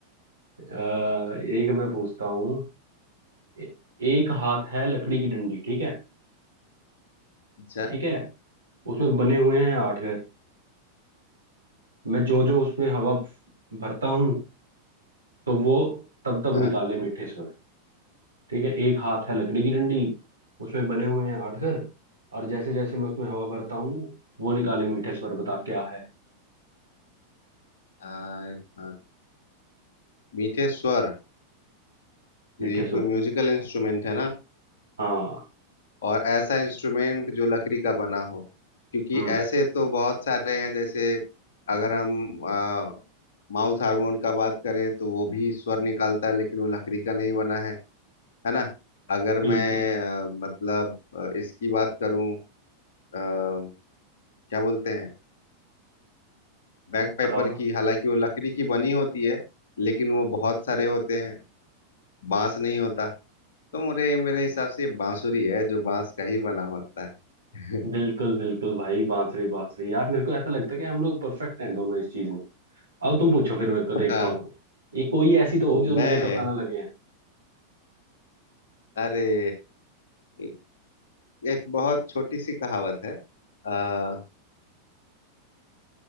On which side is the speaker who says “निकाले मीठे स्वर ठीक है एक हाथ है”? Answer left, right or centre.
Right